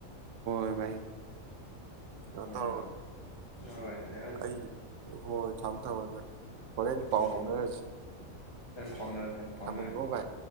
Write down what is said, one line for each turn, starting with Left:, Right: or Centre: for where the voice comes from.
Right: ꯑꯣꯏꯕꯥ ꯀꯩꯅꯣ
Left: ꯍꯣꯏ
Right: ꯇꯧꯔꯒ
Left: ꯍꯣꯏ ꯍꯣꯔꯦꯟ
Right: ꯑꯩ ꯍꯣꯏ ꯊꯝ ꯊꯕꯗ ꯍꯣꯔꯦꯟ
Left: ꯎꯝ
Right: ꯄꯥꯎ ꯐꯥꯎꯅꯔꯁꯤꯦ
Left: ꯍꯣꯔꯦꯟ ꯐꯥꯎꯅꯔꯁꯦ ꯍꯣꯔꯦꯟ ꯐꯥꯎꯅꯔꯁꯦ
Right: ꯊꯝꯃꯉꯣ ꯚꯥꯏ